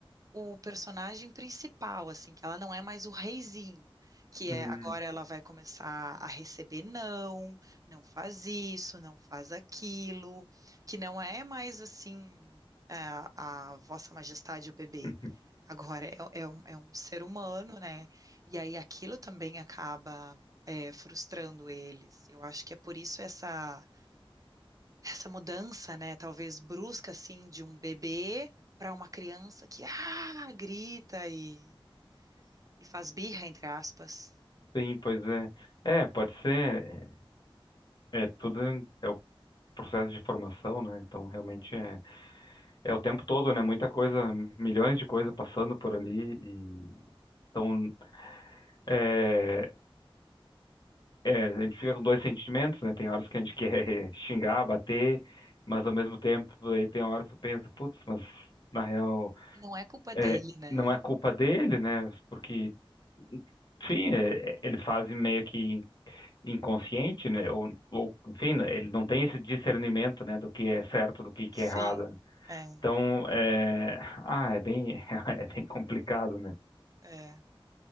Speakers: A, on the right; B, on the left.
A: o personagem principal, assim, que ela não é mais o reizinho, que
B: uhum.
A: é agora ela vai começar a receber não, não faz isso, não faz aquilo, que não é mais assim é, a Vossa Majestade o bebê.
B: <laughs>
A: Agora é, é um, é um ser humano, né? E aí aquilo também acaba é, frustrando eles. Eu acho que é por isso essa essa mudança, né, talvez brusca assim de um bebê para uma criança que ah, grita e, e faz birra, entre aspas.
B: Sim, pois é. É, pode ser. É, é tudo é o processo de formação, né? Então, realmente é, é o tempo todo, né? Muita coisa, milhões de coisas passando por ali. E, então, é, é, a gente fica com dois sentimentos, né? Tem horas que a gente quer <laughs> xingar, bater, mas ao mesmo tempo, aí tem horas que tu pensa, putz, mas na real,
A: Não é culpa
B: é,
A: dele, né?
B: não é culpa dele, né? Porque, enfim, é, é, eles fazem meio que inconsciente, né? Ou, ou, enfim, né, ele não tem esse discernimento, né, do que é certo, do que que
A: Sim,
B: é errado, né?
A: é,
B: Então, é... Ah, é bem, <laughs> é bem complicado, né?
A: é.